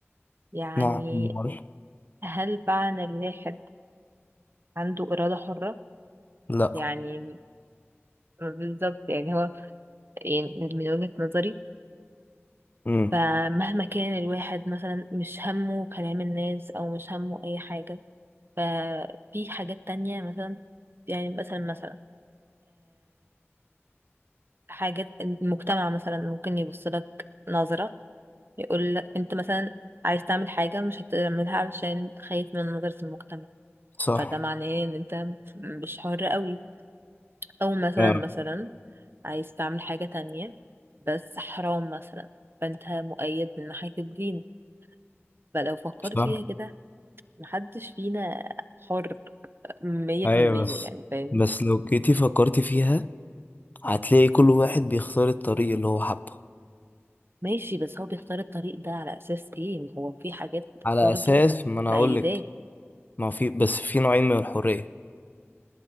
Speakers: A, on the right; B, on the left.
A: يعني
B: نعم أمال؟
A: هل فعلا الواحد عنده إرادة حرة
B: لا
A: يعني بالظبط يعني هو يعني من وجهة نظري
B: امم
A: فمهما كان الواحد مثلا مش همه كلام الناس أو مش همه أي حاجة ففي حاجات تانية مثلا يعني مثلا مثلا حاجات المجتمع مثلا ممكن يبص لك نظرة يقول لك انت مثلا عايز تعمل حاجة مش هتعملها علشان خايف من نظرة المجتمع
B: صح
A: فده معناه ان انت مش حر قوي او مثلا
B: آه
A: مثلا عايز تعمل حاجة تانية بس حرام مثلا فانت مؤيد من ناحية الدين فلو فكرت
B: صح
A: فيها كده محدش فينا حر مية
B: أيوة
A: في المية
B: بس
A: يعني فاهمني
B: بس لو جيتي فكرتي فيها هتلاقي كل واحد بيختار الطريق اللي هو حبه
A: ماشي بس هو بيختار الطريق ده على أساس ايه هو في حاجات
B: على
A: برضو
B: اساس ما انا
A: مأيداه
B: اقول لك ما في بس في نوعين من الحرية